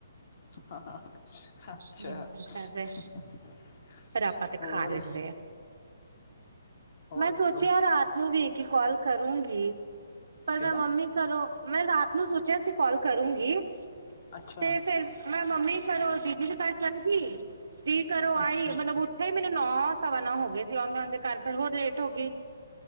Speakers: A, on the left; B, on the right.
A: ਅੱਛਾ।
B: ਨਿਰਭਰ ਕਰਦਾ ਪਰ ਆਪਾਂ ਤੇ
A: ਹੋਰ
B: ਖਾ ਰੈੰਦੇ ਐ।
A: ਹੋਰ ਦੱਸੋ।
B: ਸੋਚਿਆ ਰਾਤ ਨੂੰ ਵੀ ਇੱਕੀ ਕੋਲ ਕਰੂੰਗੀ ਪਰ
A: ਕਿੱਦਾਂ
B: ਮੈਂ ਮੰਮੀ ਕਰੋ ਮੈਂ ਰਾਤ ਨੂੰ ਸੋਚਿਆ ਸੀ ਕੋਲ ਕਰੂੰਗੀ
A: ਅੱਛਾ
B: ਤੇ ਫਿਰ ਮੈਂ ਮੰਮੀ ਕਰੋ ਦੀਦੀ ਦੇ ਘਰ ਚੱਲ ਗੀ ਦੀ ਕਰੋ ਆਈ
A: ਅੱਛਾ
B: ਮਤਲਬ
A: ਅੱਛਾ
B: ਉੱਥੇ ਮੈਨੂੰ ਨੌ ਸਵਾ ਨੋ ਹੋ ਗਏ ਸੀ ਆਂਦੇ-ਆਂਦੇ ਘਰ ਫਿਰ ਹੋਰ ਲੇਟ ਹੋ ਗੀ।